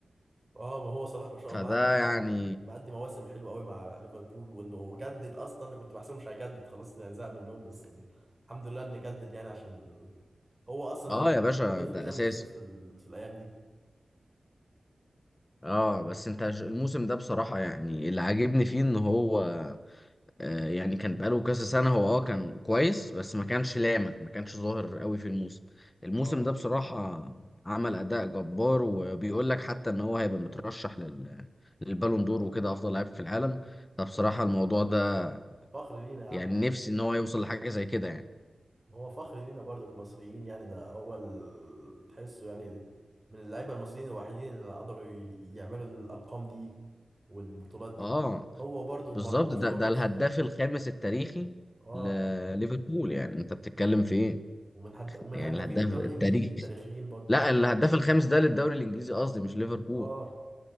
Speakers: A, on the right; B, on the left.
A: اه ما هو صلاح ما شاء
B: فده
A: الله عامل
B: يعني
A: مأدي مواسم حلوه قوي مع ليفربول وانه جدد اصلا انا كنت بحسبه مش هيجدد خلاص يعني زهق منهم بس الحمد لله انه جدد يعني عشان هو اصلا
B: اه
A: اللي
B: يا باشا
A: جاب الفريق
B: ده
A: ده
B: اساسي
A: من الصفر ال- في الايام دي
B: اه بس انت ش- الموسم ده بصراحة يعني اللي عاجبني فيه ان هو آه، يعني كان بقاله كذا سنة هو اه كان كويس بس ما كانش لامع ما كانش ظاهر قوي في الموسم الموسم
A: اه
B: ده بصراحة عمل أداء جبار وبيقول لك حتى إن هو هيبقى مترشح لل للبالون دور وكده أفضل لاعب في العالم فبصراحة الموضوع ده
A: فخر لينا يا عم
B: يعني نفسي إن هو يوصل لحاجة زي كده يعني
A: هو فخر لينا برضو كمصريين يعني ده هو ال... تحسه يعني دي من اللعيبة المصريين الوحيدين اللي قدروا ي- يعملوا الأرقام دي والبطولات دي
B: اه
A: هو برضو
B: بالظبط
A: مرموش
B: ده
A: برضو
B: ده
A: السنة
B: الهداف
A: دي
B: الخامس التاريخي
A: اه
B: لليفربول يعني أنت بتتكلم في إيه؟
A: ومن هد... ومن
B: يعني
A: هدافين
B: الهداف
A: الدوري
B: التاريخي
A: الإنجليزي التاريخيين برضو
B: لا الهداف الخامس ده للدوري الإنجليزي قصدي مش ليفربول
A: اه